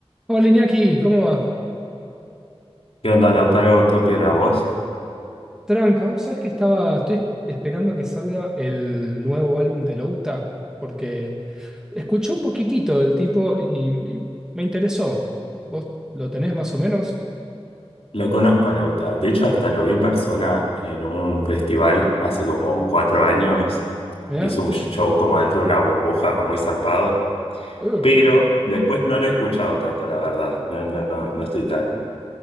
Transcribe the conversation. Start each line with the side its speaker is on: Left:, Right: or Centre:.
Centre: Hola Iñaki, ¿cómo va?
Left: ¿Qué onda, Lautaro? Topia la voz.
Centre: Tranca, ¿vos sabés que estaba, estoy esperando que salga el nuevo álbum de Louta? Porque escuché un poquitito del tipo y, y me interesó. ¿Vos lo tenés más o menos?
Left: Lo conozco a Lauta. De hecho, hasta lo vi en persona en un festival hace como cuatro años.
Centre: ¿Mirá?
Left: Hizo un show como dentro de una burbuja muy zarpado.
Centre: Eh,
Left: Pero después no lo he escuchado tanto, la verdad. No, no, no estoy tan